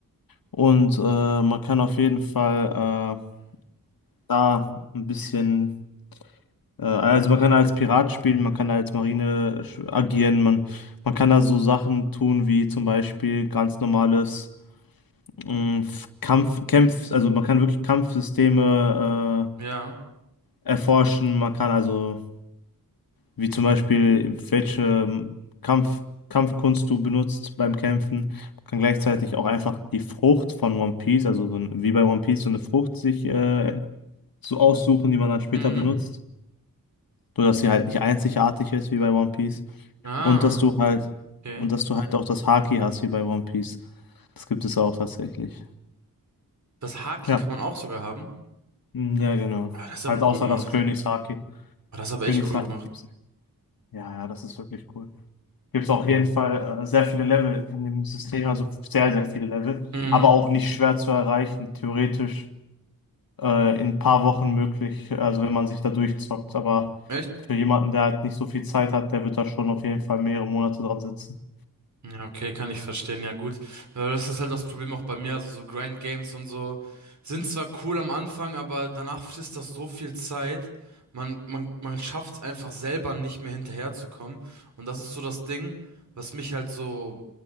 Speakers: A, on the left (about 80°); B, on the right (about 55°).
A: Und äh, man kann auf jeden Fall äh, da ein bisschen, äh, also man kann als Pirat spielen, man kann als Marine sch- agieren, man, man kann da so Sachen tun wie zum Beispiel ganz normales mh, F- Kampf, Kämpf, also man kann wirklich Kampfsysteme
B: Ja.
A: äh, erforschen, man kann also Wie zum Beispiel, welche ähm, Kampf, Kampfkunst du benutzt beim Kämpfen. Man kann gleichzeitig auch einfach die Frucht von One Piece, also so ein, wie bei One Piece, so eine Frucht sich äh, so aussuchen, die man dann später
B: Mhm.
A: benutzt. So dass sie halt nicht einzigartig ist wie bei One Piece.
B: Ah,
A: Und dass du halt,
B: okay.
A: und dass du halt auch das Haki hast wie bei One Piece. Das gibt es auch tatsächlich.
B: Das Haki
A: Ja.
B: kann man auch sogar haben.
A: Ja, genau.
B: Ah, das ist aber
A: Halt außer
B: cool gemacht.
A: das Königshaki.
B: Ah, das ist aber
A: Königshaki
B: echt cool gemacht.
A: gibt's nicht. Ja, ja, das ist wirklich cool. gibt es auf jeden Mhm. Fall äh, sehr viele Level in dem System, also sehr, sehr viele Level,
B: Mhm.
A: aber auch nicht schwer zu erreichen, theoretisch äh, in ein paar Wochen möglich, also wenn man sich da durchzockt, aber
B: Echt?
A: für jemanden, der halt nicht so viel Zeit hat, der wird da schon auf jeden Fall mehrere Monate dran sitzen.
B: Ja, okay, kann ich verstehen. Ja, gut. Äh, Das ist halt das Problem auch bei mir. Also so Grind Games und so sind zwar cool am Anfang, aber danach frisst das so viel Zeit. Man, man, man schafft es einfach selber nicht mehr hinterherzukommen. Und das ist so das Ding, was mich halt so